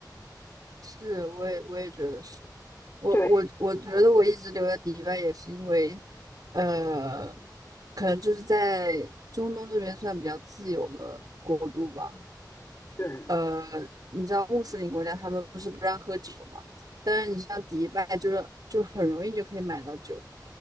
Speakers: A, on the right; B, on the left.
A: 是，我也我也觉得是。我我我觉得我一直留在迪拜也是因为，
B: 对
A: 呃，可能就是在中东这边算比较自由的国度吧。
B: 对，嗯，
A: 呃，你知道穆斯林国家他们不是不让喝酒嘛？但是你像迪拜，就是就很容易就可以买到酒，